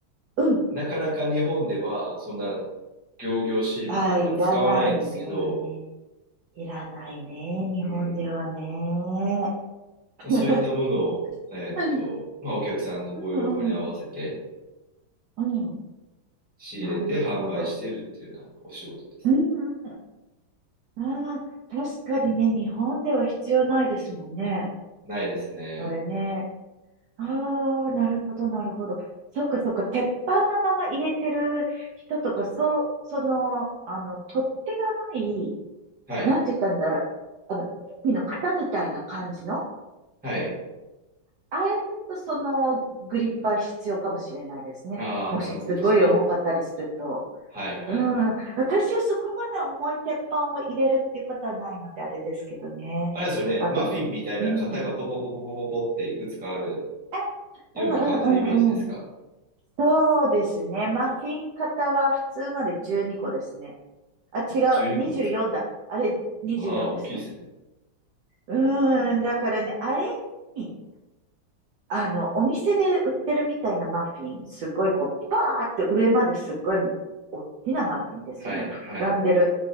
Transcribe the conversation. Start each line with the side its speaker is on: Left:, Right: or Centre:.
Right: うん。
Centre: なかなか日本ではそんな仰々しいものあんまり使わないんですけど、
Right: ああ、いらないね。いらないね。日本ではね。
Centre: うん、
Right: <laughs>
Centre: まあ、そういったものを、
Right: う
Centre: えっと、
Right: ん
Centre: まあ、お客さんのご要望に合わせて
Right: うんうん。うん
Centre: 仕入れて販売してるっていうようなお仕事ですね。
Right: なるほど。うんうんうん。ああ、確かにね、日本では必要ないですもんね。
Centre: ないですね。
Right: あれね。ああ、なるほど、なるほど。そっかそっか、鉄板のまま入れてる人とか、そう、その、あの、取っ手がない、
Centre: はい。
Right: なんて言ったんだろう、あの、ケーキの型みたいな感じの、
Centre: はい。
Right: あれだとそのグリッパー必要かもしれないですね。
Centre: ああ、
Right: もしすごい重かったりすると。
Centre: なるほどですね。はいはいはい。
Right: うん、私はそこまで重い鉄板を入れるっていうことはないので、あれですけどね。
Centre: あれですよね。
Right: あと、
Centre: マフィンみたいな型がポポポポポポポっていくつかある
Right: うん、うん、え、
Centre: ような感じのイメージですか。
Right: うん、うん、うん、そうですね。マフィン型は普通ので12個ですね。あ、違う。
Centre: あ、12個もつ
Right: 24だ。あれ、24ですね。
Centre: ああ、大きいですね。
Right: うーん。
Centre: うーん。
Right: だからね、あれに、あの、お店で売ってるみたいなマフィン、すごいこう、パーって上まですっごい大きなマフィンですよね。
Centre: はいはい
Right: 膨らんでる。